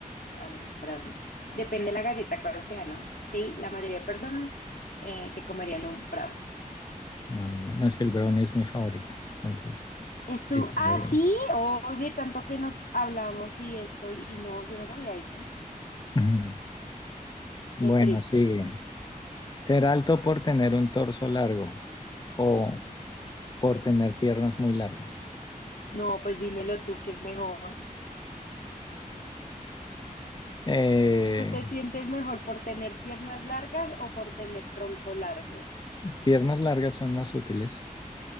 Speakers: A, on the left; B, on the left.
A: a ver, brownie. Depende de la galleta cuál sea, ¿no? Sí, la mayoría de personas eh, se comerían un brownie.
B: Ah, ya. No, es que el brownie es mi favorito. Entonces,
A: ¿Es tú?
B: sí, sería
A: Ah,
B: brownie.
A: sí, oye, tanto que nos hablamos y esto, y no, yo no sabía eso.
B: Ujú. Bueno,
A: Qué triste.
B: sigue. Ser alto por tener un torso largo o por tener piernas muy largas.
A: No, pues dímelo tú, ¿qué es mejor?
B: Eh,
A: ¿Tú te sientes mejor por tener piernas largas o por tener tronco largo?
B: piernas largas son más útiles.